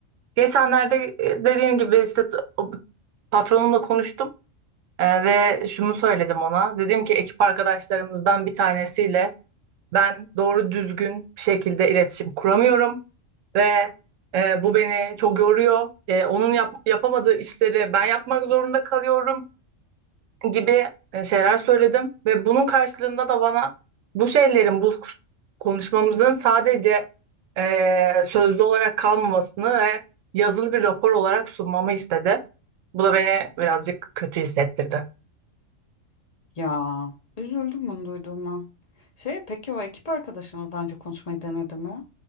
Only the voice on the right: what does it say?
Geçenlerde e, dediğim gibi işte t- o- patronumla konuştum e, ve şunu söyledim ona dedim ki ekip arkadaşlarımızdan bir tanesiyle Ben doğru düzgün bir şekilde iletişim kuramıyorum ve e, bu beni çok yoruyor. E, onun yap- yapamadığı işleri ben yapmak zorunda kalıyorum gibi e, şeyler söyledim ve bunun karşılığında da bana bu şeylerin, bu konuşmamızın sadece e, sözlü olarak kalmamasını ve yazılı bir rapor olarak sunmamı istedi. Bu da beni birazcık kötü hissettirdi.